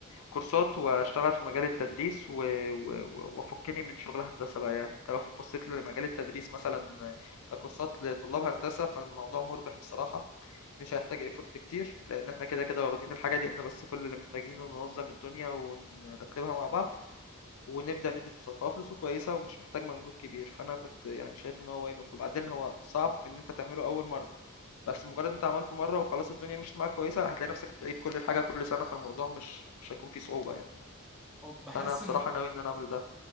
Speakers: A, on the left; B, in the centre.
A: كورسات واشتغل في مجال التدريس و... و... وافكني من شغل هندسة بقى يعني انت لو بصيت لمجال التدريس مثلا ككورسات لطلاب هندسة فالموضوع مربح بصراحة مش هيحتاج ايفورت كتير لان احنا كده كده واخدين الحاجة دي احنا بس كل اللي محتاجينه ننظم الدنيا ونرتبها مع بعض ونبدأ ندي كورسات فهو فلوسه كويسة ومش محتاج مجهود كبير فأنا كنت يعني شايف إن هو واي نوت وبعدين هو صعب في إن أنت تعمله أول مرة بس مجرد أنت عملته مرة وخلاص الدنيا مشيت معاك كويسة هتلاقي نفسك بتعيد كل الحاجة كل سنة فالموضوع مش مش هيكون فيه صعوبة يعني
B: أو بحس
A: فأنا بصراحة
B: ان
A: ناوي إن أنا أعمل ده